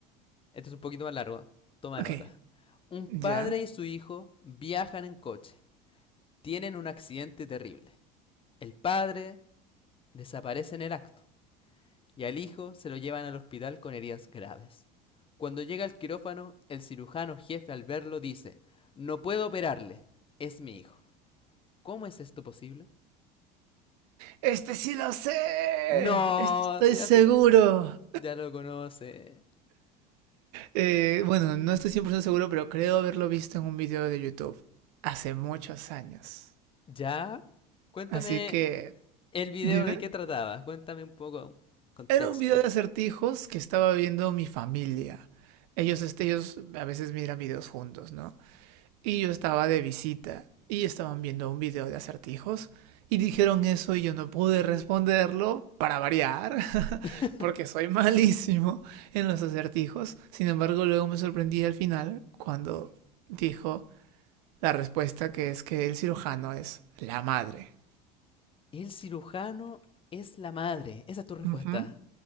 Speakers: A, on the left; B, on the right.
A: Este es un poquito más largo. Toma
B: Ok,
A: nota. Un padre
B: ya.
A: y su hijo viajan en coche. Tienen un accidente terrible. El padre desaparece en el acto. y al hijo se lo llevan al hospital con heridas graves. Cuando llega al quirófano, el cirujano jefe al verlo dice, no puedo operarle, es mi hijo. ¿Cómo es esto posible?
B: Este sí lo sé,
A: No,
B: este estoy
A: sí,
B: seguro.
A: ya se lo, ya lo conoce.
B: Eh, bueno, no estoy 100% seguro, pero creo haberlo visto en un video de YouTube hace muchos años.
A: ¿Ya? Cuéntame
B: Así que,
A: el video
B: dime.
A: de qué trataba, cuéntame un poco contexto.
B: Era un video de acertijos que estaba viendo mi familia. Ellos, este, ellos a veces miran videos juntos, ¿no? Y yo estaba de visita y estaban viendo un video de acertijos y dijeron eso y yo no pude responderlo para variar, <laughs>
A: <laughs>
B: porque soy malísimo en los acertijos. Sin embargo, luego me sorprendí al final cuando dijo la respuesta que es que el cirujano es la madre.
A: el cirujano es la madre, esa es tu respuesta.
B: Uh -huh.